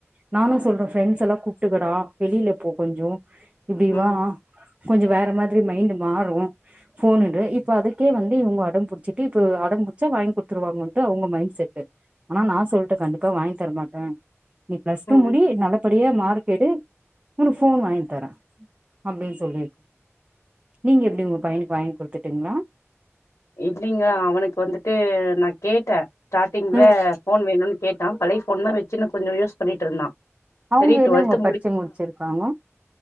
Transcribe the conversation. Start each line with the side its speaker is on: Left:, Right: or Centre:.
Right: நானு சொல்றே ஃப்ரெண்ட்ஸ் எல்லா கூப்ட்டுக்கடா வெளியில இப்போ கொஞ்சோ இப்டிவா
Left: ம்
Right: கொஞ்சோ வேற மாதிரி மைண்டு மாறு ஃபோன் எடு இப்ப அதுக்கே வந்து இவங்க அடம்பிடிச்சிட்டு இப்ப அடம் புடிச்சா வாங்கி கொடுத்துருவாங்கன்ட்டு அவங்க மைண்ட் செட்டு ஆனா நா சொல்ட்டே கண்டிப்பா வாங்கி தர மாட்டே நீ பிளஸ் டூ முடி
Left: ம்
Right: நல்லபடியா மார்க் எடு உனக்கு ஃபோன் வாங்கி தரே அப்டின்னு சொல்லி நீங்க எப்டி உங்க பையனுக்கு வாங்கி குடுத்துட்டீங்களா
Left: இல்லலைங்க அவனுக்கு வந்துட்டு நா கேட்டே ஸ்டார்ட்டிங்ல
Right: ம்
Left: ஃபோன் வேணுனு கேட்டா பழைய ஃபோன் தா வச்சுன்னு கொஞ்சொ யூஸ் பண்ணிட்டு இருந்தா
Right: அவங்க
Left: சரி டுவெல்த்
Right: என்னங்க படிச்சு முடிச்சிருக்காங்க